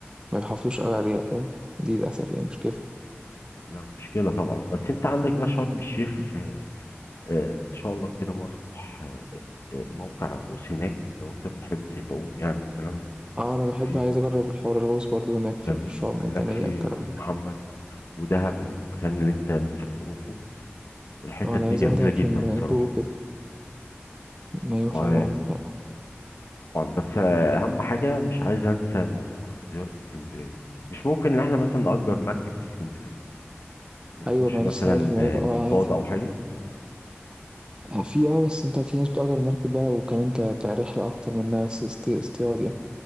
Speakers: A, on the right; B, on the left.
A: ما بيحافظوش قوي عليها فاهم دي للاسف يعني مشكله
B: لا مشكله طبعا بس انت عندك بقى شرم الشيخ آه، آه، ان شاء الله كده مره نروح آه، آه، موقع الغوص هناك لو انت بتحب تعوم يعني والكلام ده
A: اه انا بحب
B: في
A: عايز
B: موقع
A: اجرب الحوار الغوص برضه هناك في
B: جميل
A: في الشعاب
B: اهو
A: المرجانيه
B: هناك في
A: والكلام
B: راس
A: ده
B: محمد ودهب المكان اللي انت نفسك تروحه الحتت
A: اه انا
B: دي
A: عايز
B: جميله
A: اروح دهب
B: جدا
A: عشان هدوء
B: بصراحه
A: ايوه
B: وطبعا
A: فعلا عندك حق
B: بس آه، اهم حاجه مش عايز انسى موضوع زياره اسكندريه مش ممكن ان احنا مثلا نأجر مركب في اسكندريه ونخش
A: ايوه ما
B: مثلا
A: لسه هقول لك الموضوع
B: نصطاد
A: ده اه عادي
B: او حاجه
A: آه، في اه بس انت في ناس بتأجر مركب بقى وكمان ك- كرحله اكتر من انها است- است- اصطياد يعني